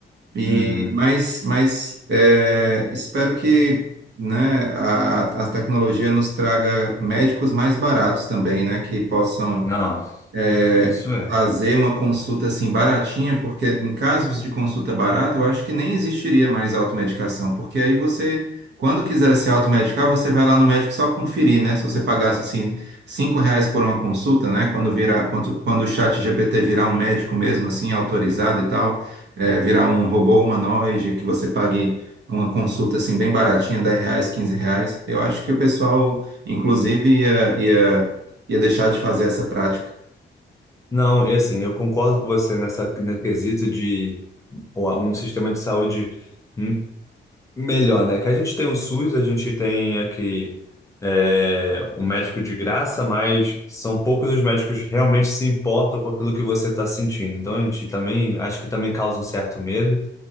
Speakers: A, on the right; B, on the left.
A: E,
B: Uhum.
A: mas mas é, espero que né, a, a tecnologia nos traga médicos mais baratos também, né? Que possam
B: Não,
A: é,
B: isso é.
A: fazer uma consulta assim baratinha, porque em casos de consulta barata, eu acho que nem existiria mais automedicação, porque aí você, quando quiser se automedicar, você vai lá no médico só conferir, né? Se você pagasse assim cinco reais por uma consulta, né? Quando virar, quando, quando o chat GPT virar um médico mesmo, assim, autorizado e tal, é, virar um robô humanoide, que você pague uma consulta assim bem baratinha, 10 reais, 15 reais, eu acho que o pessoal, inclusive, ia, ia, ia deixar de fazer essa prática.
B: Não, e assim, eu concordo com você nessa no quesito de o- um sistema de saúde m- melhor, né? Que a gente tem o SUS, a gente tem aqui é, um médico de graça, mas são poucos os médicos que realmente se importam com aquilo que você está sentindo. Então, a gente também, acho que também causa um certo medo.